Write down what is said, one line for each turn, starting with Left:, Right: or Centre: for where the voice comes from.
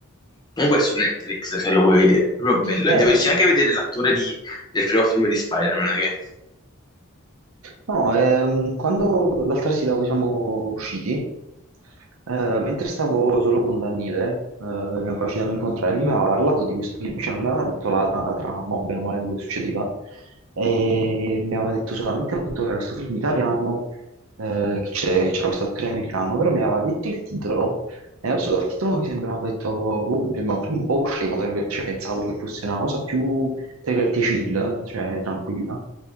Left: Comunque è su Netflix se lo vuoi vedere, proprio bello.
Right: Eh.
Left: E dovresti anche vedere l'attore di del primo film di Spider-Man. Che...
Right: No, ehm, quando l'altra sera poi siamo usciti, eh, mentre stavo solo con Daniele, eh, che è ancora ci dobbiamo incontrare, lui mi aveva parlato di questo film, cioè non mi aveva detto la, la trama, o bene o male quello che succedeva, e mi aveva detto solamente appunto che era questo film italiano, eh, che c'è- c'era questo attore americano, però mi aveva detto il titolo, e adesso dal titolo mi sembrava detto, boh, mi sembrava un film un po' scemo, tra virgolette, cioè, pensavo che fosse una cosa più, tra virgolette, chill, cioè tranquilla.